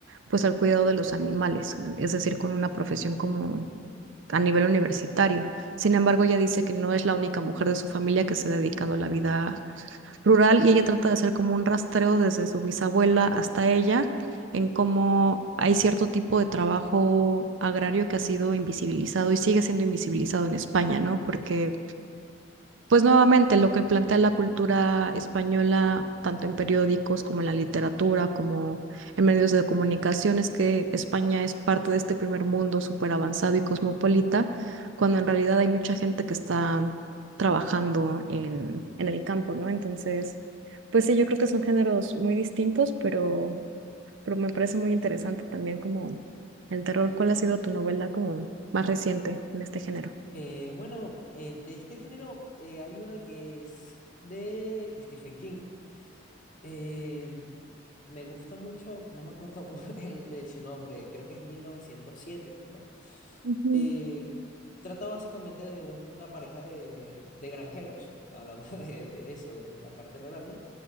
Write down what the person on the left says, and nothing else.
Eh, bueno, eh, de este género eh, hay una que es de Stephen King, Eh, me gusta mucho, no me acuerdo mu- <laughs> el- eh, su nombre, creo que es mil novecientos siete ¿no?
Eh, trata básicamente de un- una pareja de, de granjeros, hablando <laughs> de, de eso, de la parte rural, ¿no?